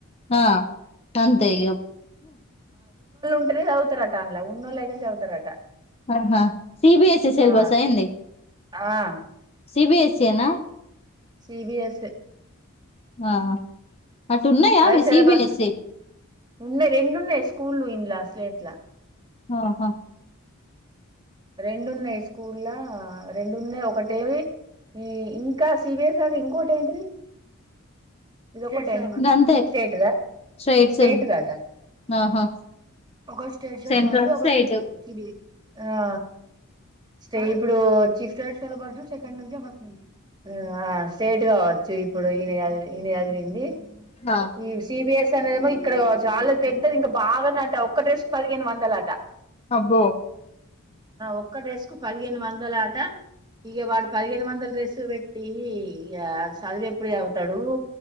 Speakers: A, on the left; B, on the right.
A: హా అంతే ఇగా
B: రై చదువుతారట అన్లా అన్లా ఉన్నోళ్లు అయితే చదువుతారట
A: ఆహా సిబిఎస్ఈ సిలబస్
B: ఆ
A: ఏంది
B: ఆ
A: సిబిఎస్సిఈనా
B: సిబిఎస్
A: ఆ అటు ఉన్నాయా
B: అదే సిలబస్
A: సీబీఎస్సీ
B: ఉన్నాయి రెండున్నాయి స్కూల్లు ఇంలా అ స్లేట్లా
A: ఆహా
B: రెండున్నాయి స్కూల్లా రెండున్నాయి ఒకటేవి ఈ ఇంకా సిబిఎస్ క ఇంకొటి ఏంటిది ఇ ఒక
A: గంతే
B: స్టేట్ దా
A: స్ట్రైట్
B: స్టేట్
A: సెల్
B: దటా
A: ఆహా
B: ఒక స్టేట్ స
A: సెంట్రల్
B: లోవాసి ఒక్కడిది
A: స్ట్రైట్
B: సిబిఐ ఆ స్ట ఇప్పుడు <unintelligible> సెకండ్ నుంచ ఫస్ట్ నుంచా ఆ స్టేట్ కదా అచ్చి ఇప్పుడు ఈయన కాదు ఇదేంది
A: ఆ
B: మ్ సిబిఎస్ తనవేమో ఇక్కడ చాలా పెద్దవి ఇంకా బాగా నట్టు అవ ఒక డ్రెస్కు పదిహేను వందల అట
A: అబ్బో
B: ఒక్క డ్రెస్ కు పదిహేను వందల అట ఇక వాడు పదిహేను వందల డ్రెస్సు పెట్టి ఇక చదివ ఎప్పుడు చదువుతాడు అవు